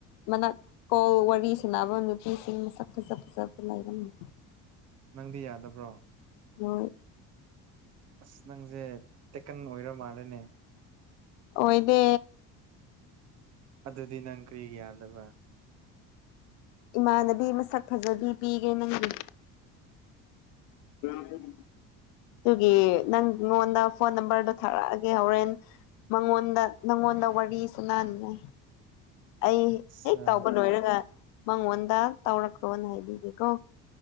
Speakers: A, on the left (about 85°); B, on the right (about 50°).
A: ꯃꯅꯥꯀꯣꯜ ꯋꯥꯔꯤ ꯁꯅꯕ ꯅꯨꯄꯤꯁꯤꯡ ꯃꯁꯛ ꯐꯖ ꯐꯖꯕ ꯂꯩꯔꯝꯃꯤ ꯎ
B: ꯅꯪꯗꯤ ꯌꯥꯗꯕ꯭ꯔꯣ
A: ꯎ
B: ꯑꯁ ꯅꯪꯁꯦ ꯇꯦꯛꯀꯟ ꯑꯣꯏꯔ ꯃꯥꯜꯂꯦꯅꯦ
A: ꯑꯣꯏ ꯏꯗ
B: ꯑꯗꯨꯗꯤ ꯅꯪ ꯀꯔꯤ ꯌꯥꯗꯕ
A: ꯏꯃꯥꯟꯅꯕꯤ ꯃꯁꯛ ꯐꯖꯕꯤ ꯄꯤꯒꯦ ꯅꯪꯗꯤ ꯎꯝ ꯑꯗꯨꯒꯤ ꯅꯪꯉꯣꯟꯗ ꯐꯣꯟ ꯅꯝꯕꯔꯗꯣ ꯊꯥꯔꯛꯑꯒꯦ ꯍꯣꯔꯦꯟ ꯃꯉꯣꯟꯗ ꯅꯪꯉꯣꯟꯗ ꯋꯥꯔꯤ ꯁꯅꯅꯤꯉ ꯑꯩ
B: ꯑꯆꯥ
A: ꯍꯦꯛ ꯇꯧꯕ ꯂꯣꯏꯔꯒ ꯃꯉꯣꯟꯗ ꯇꯧꯔꯛꯈꯣꯅ ꯍꯥꯏꯕꯤꯒꯦꯀꯣ